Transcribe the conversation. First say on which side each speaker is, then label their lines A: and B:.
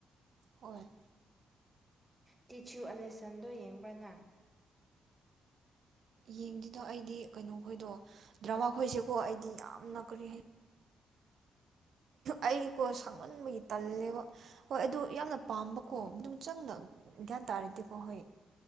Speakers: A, on the right (about 65°); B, on the right (about 15°).
A: ꯍꯣꯏ
B: ꯇꯤꯆꯌꯨ ꯑꯂꯦꯁꯟꯗꯣ ꯌꯦꯡꯕ꯭ꯔꯥ ꯅꯪ
A: ꯌꯦꯡꯗꯗꯣ ꯑꯩꯗꯤ ꯀꯩꯅꯣ ꯈꯣꯏꯗꯣ ꯗ꯭ꯔꯃꯥ ꯈꯣꯏꯁꯤꯦꯀꯣ ꯑꯩꯗꯤ ꯌꯥꯝꯅ ꯀꯔꯤ ꯍꯥꯏ ꯑꯩꯀꯣ ꯁꯛꯃꯟꯕꯒꯤ ꯇꯜꯂꯦꯕ ꯍꯣꯏ ꯑꯗꯨ ꯌꯥꯝꯅ ꯄꯥꯝꯕ ꯀꯣ ꯃ ꯆꯪꯅ ꯒ꯭ꯌꯥꯟ ꯇꯥꯔꯗꯤꯀꯣ ꯍꯣꯏ